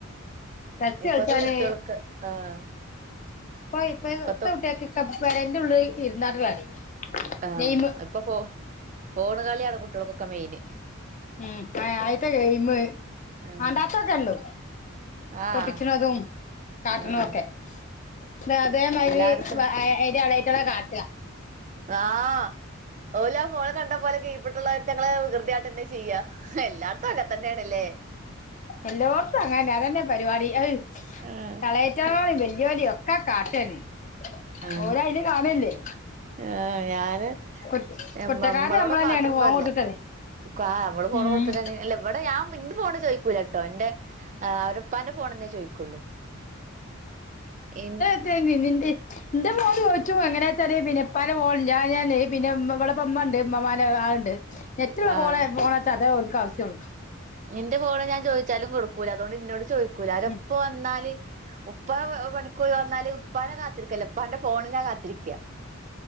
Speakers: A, on the left (about 35°); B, on the right (about 35°).
A: ടച്ച്
B: ഇപ്പഴ്ത്തെ
A: കളിച്ചാന്
B: കുട്ടികൾക്ക് ആഹ്
A: ഇപ്പൊ ഇപ്പഴ്ത്തെ
B: ഇപ്പത്തെ
A: കുട്ടിയാക്കെക്കെ പെരേൻ്റെ ഉള്ളില് ഇര്ന്നാണ്ട് കളി
B: ആഹ്
A: ഗെയിം
B: ഇപ്പൊ ഫോ ഫോണ് കളിയാണ് കുട്ടികൾക്കൊക്കെ മെയിന്
A: ഉം ആ ആയിത്തെ ഗയിമ്
B: ആഹ്
A: മാണ്ടാത്തെ ഒക്കെ ഉള്ളൂ
B: ആഹ്
A: പൊട്ടിച്ചിണതും കാട്ടണതും
B: ആഹ്
A: ഒക്കെ ഇട്ട് അതേമാതിരി
B: എല്ലാർക്കും
A: വ
B: അങ്ങൻതന്നെ
A: അ അയിൻ്റെ എളേറ്റ്കളെ കാട്ടാ
B: ആഹ് ഓലാ ഫോണ് കണ്ട പോലെ കീപ്പട്ട്ള്ളയിറ്റ്ങ്ങളെ വികൃതി കാട്ടെന്നെ ചെയ് ചെയ്യാ എല്ലാടത്തും അങ്ങനെ തന്നെയാണല്ലേ
A: എല്ലോടൊത്തും അങ്ങനെന്നെ അതന്നെ പരിപാടി അഹ്
B: ആഹ്
A: എളേറ്റെ ട്ട്യോളേം വെല്യോലെ ഒക്കെ കാട്ടെന്നെ
B: ആഹ്
A: ഓല് അയില് കാണല്ലേ
B: ആഹ് ഞാന്
A: കുറ്റ-
B: ഞമ്മ്
A: കുറ്റക്കാരൻ
B: ഞമ്മളോട്
A: നമ്മൾ തന്നെയാണ്
B: മാത്രൊന്നും
A: ഫോൺ
B: അല്ല
A: കൊടുത്തിട്ടത്
B: കാ ഞമ്മള് <unintelligible>
A: ഉം
B: തന്നെയാണ് അല്ല ഇവിടെ ഞാൻ ഇന്റെ ഫോണ് ചോയിക്കൂലാട്ടോ ഇന്റെ ആഹ് അവരെ ഉപ്പാന്റെ ഫോണെന്നെ ചോദിക്കുള്ളൂ ഇൻ
A: <unintelligible> ഇന്റെ ഫോണ് ചോയിച്ചു എങ്ങനാച്ചാല്‌ പിന്നെ ഇപ്പാൻ്റെ ഫോണില്ലാഞ്ഞാല് പിന്നെ ഉമ് ഇവിടെപ്പ ഉമ്മ ഇണ്ട് ഉമ്മാമ്മേൻ്റെ ആ എട് ത്ത് നെറ്റ്ള്ള
B: ആഹ്
A: ഫോണെ ഫോണാച്ചാ അതേ ഓലിക്ക് ആവശ്യള്ളു
B: ഇന്റെ ഫോണ് ഞാൻ ചോദിച്ചാലും കൊടുക്കൂല അതുകൊണ്ട് ഇന്നോട് ചോയിക്കൂല അവരപ്പ
A: ഉം.
B: വന്നാല് ഉപ്പാ പ പണിക്ക് പോയി വന്നാല് ഉപ്പാനെ കാത്തിരിക്കല്ല ഉപ്പാന്റെ ഫോണിനാ കാത്തിരിക്കാ